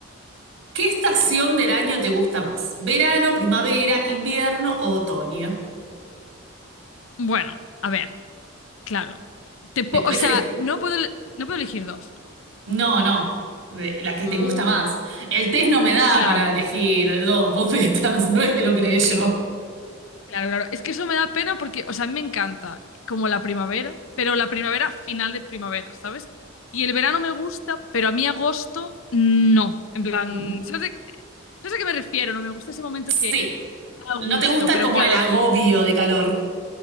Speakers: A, on the right; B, on the left.
A: ¿Qué estación del año te gusta más? ¿Verano, primavera, invierno o otoño?
B: Bueno, a ver, claro. Te po-
A: Le podés
B: o sea,
A: elegir.
B: no puedo, el- no puedo elegir dos, ¿no?
A: No, no. De- la que
B: Mm,
A: te gusta más. El test no me da
B: claro.
A: para elegir dos bofetas, <laughs> no es que lo creé yo.
B: Claro, claro. Es que eso me da pena porque, o sea, a mí me encanta como la primavera, pero la primavera final de primavera, ¿sabes? Y el verano me gusta, pero a mí agosto no. En plan,
A: Ujú.
B: ¿sabes, de qué- ¿sabes a qué me refiero? No me gusta ese momento que
A: Sí.
B: da
A: ¿No
B: gusto,
A: te gusta
B: pero
A: como
B: claro,
A: el agobio de calor?